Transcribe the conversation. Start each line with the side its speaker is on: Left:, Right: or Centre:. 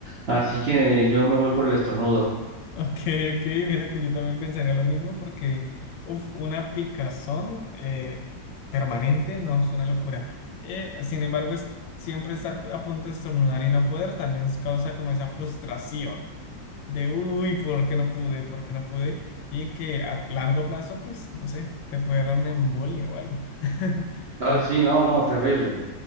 Right: así que yo me voy por el estornudo.
Left: Ok, ok, mira que yo también pensaría lo mismo porque uf, una picazón eh, permanente no es una locura. Eh, sin embargo, es, siempre estar a punto de estornudar y no poder también es- causa como esa frustración de, uy, ¿por qué no pude? ¿Por qué no pude? Y que a largo plazo, pues, no sé, te puede dar una embolia o algo. <laughs>
Right: Ay,
Left: Entonces,
Right: sí, no, no, terrible.